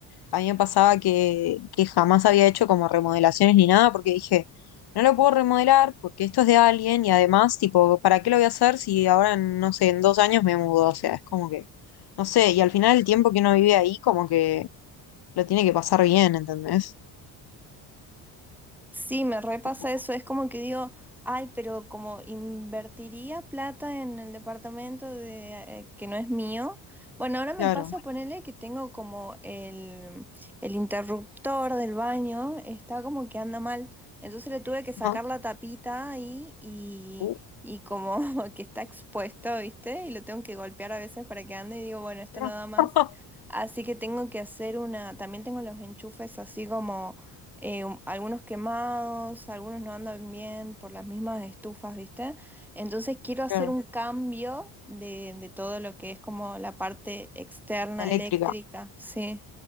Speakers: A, on the left (about 60°); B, in the centre.
A: A mí me pasaba que, que jamás había hecho como remodelaciones ni nada, porque dije, no lo puedo remodelar porque esto es de alguien y además, tipo, ¿para qué lo voy a hacer si ahora, en, no sé, en dos años me mudo? O sea, es como que, no sé, y al final el tiempo que uno vive ahí, como que lo tiene que pasar bien, ¿entendés?
B: Sí, me repasa
A: Tipo,
B: eso, es como que digo, ay, pero como invertiría plata en el departamento de, eh, que no es mío. Bueno, ahora me
A: Claro.
B: pasa ponerle que tengo como el, el interruptor del baño, está como que anda mal. Entonces le tuve que sacar
A: Ajá.
B: la tapita ahí y,
A: Uh,
B: y como <laughs> que está expuesto, ¿viste? Y lo tengo que golpear a veces para que ande y digo, bueno, esto
A: no.
B: no da más.
A: <laughs>
B: Así que tengo que hacer una, también tengo los enchufes así como eh, un- algunos quemados, algunos no andan bien por las mismas estufas, ¿viste? Entonces quiero hacer
A: Claro,
B: un cambio de, de todo lo que es como la parte externa
A: la eléctrica,
B: eléctrica, sí.